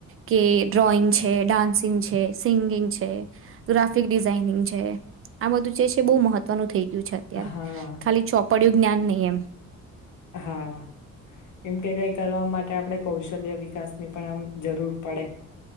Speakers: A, on the right; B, on the left.
A: કે ડ્રોઈંગ છે ડાન્સિંગ છે સિંગિંગ છે ગ્રાફિક ડિઝાઇનિંગ છે આ બધું જે છે બહુ મહત્વનું થઈ ગયું છે અત્યારે
B: હા
A: ખાલી ચો પડ્યું જ્ઞાન નહી એમ
B: હા એમ કે કઈ કરવા માટે આપણે કૌશલ્ય વિકાસ ની પણ આમ જરૂર પડે